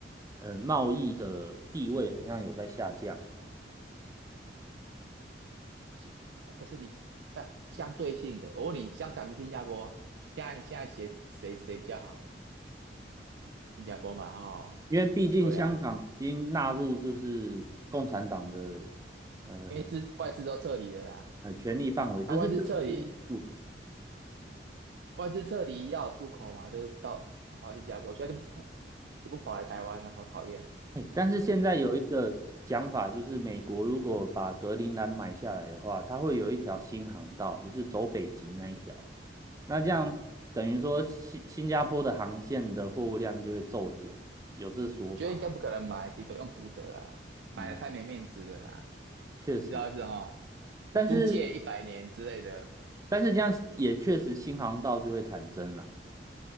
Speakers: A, on the right; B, on the right.
A: 呃，贸易的地位很像有在下降，
B: 是啊可是你不是相对性的，我问你，香港跟新加坡现在现在谁谁谁比较好？新加坡嘛，哦，
A: 因为毕竟香港已经纳入就是共产党的
B: 对啊，
A: 呃
B: 因为资外资都撤离了啦，
A: 呃权力范围，这是这的是部分。
B: 啊，外资撤离，外资撤离要有出口嘛，都到跑到新加坡去，现在就不不也不跑来台湾了，好讨厌哦。
A: 哎，但是现在有一个讲法，就是美国如果把格陵兰买下来的话，它会有一条新航道，就是走北极那一条。那这样等于说新新加坡的航线的货物量就会骤减，有这说法。
B: 我觉得应该不可能买，你都用租的啦，
A: 嗯，
B: 买了太没面子了啦，
A: 确实，
B: 你知道意思哦？就租借一百年之类的，
A: 但是但是这样也确实新航道就会产生了。